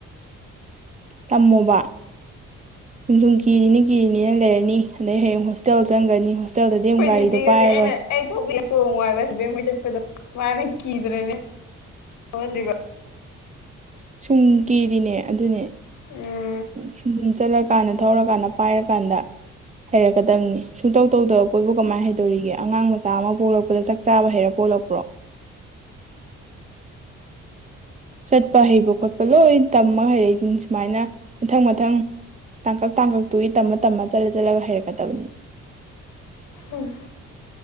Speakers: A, on the right; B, on the left.
A: ꯇꯝꯃꯣꯕ ꯁꯨꯝ ꯁꯨꯝ ꯀꯤꯔꯤꯅ ꯀꯤꯔꯤꯅꯤꯅ ꯂꯩꯔꯅꯤ ꯑꯗꯩ ꯍꯌꯦꯡ ꯍꯣꯁꯇꯦꯜ ꯆꯪꯈ꯭ꯔꯅꯤ ꯍ ꯆꯛꯆꯜꯗꯗꯤ
B: ꯑꯩꯈꯣꯏ
A: ꯑꯃꯨꯛ ꯒꯥꯔꯤꯗꯣ
B: ꯖꯤꯄꯤꯒꯁꯦ
A: ꯄꯥꯏꯔꯣꯏ
B: ꯑꯩꯅ ꯑꯩ ꯊꯤꯄꯣꯅꯨꯡ ꯋꯥꯥꯏ ꯕꯁ ꯕꯦꯡꯕꯣꯏ ꯆꯠꯄꯗꯣ ꯃꯥꯅ ꯀꯤꯗ꯭ꯔꯅꯦ ꯊꯣꯛꯧꯍꯟ꯭ꯔꯤꯕ
A: ꯁꯨꯡ ꯀꯦꯔꯤꯅꯦ ꯑꯗꯨꯅꯦ
B: ꯎꯝ
A: ꯁ ꯆꯠꯂꯀꯥꯟꯗ ꯊꯧꯔꯀꯥꯟꯗ ꯄꯥꯏꯔꯀꯥꯟꯗ ꯍꯩꯔꯛꯀꯗꯕꯅꯤ ꯁꯨꯡꯇꯧ ꯇꯧꯗꯕ ꯄꯣꯠꯨ ꯀꯃꯥꯏꯅ ꯍꯩꯗꯣꯔꯤꯒꯦ ꯑꯉꯥꯡ ꯃꯆꯥ ꯑꯃ ꯄꯣꯛꯂꯛꯄꯗ ꯆꯥꯛ ꯆꯥꯕ ꯍꯩꯔꯛꯄ ꯄꯣꯛꯂꯞꯄ꯭ꯔꯣ ꯆꯠꯄ ꯍꯩꯕ ꯈꯣꯠꯄ ꯂꯣꯏ ꯇꯝꯃ ꯍꯩꯔꯛꯏꯁꯤꯡ ꯁꯨꯃꯥꯏꯅ ꯃꯊꯪ ꯃꯊꯪ ꯇꯥꯡꯀꯛ ꯇꯥꯡꯀꯛꯇꯨꯒꯤ ꯇꯝꯃ ꯇꯝꯃ ꯆꯠꯂ ꯆꯠꯂꯒ ꯍꯩꯔꯛꯀꯗꯕꯅꯤ
B: ꯎꯝ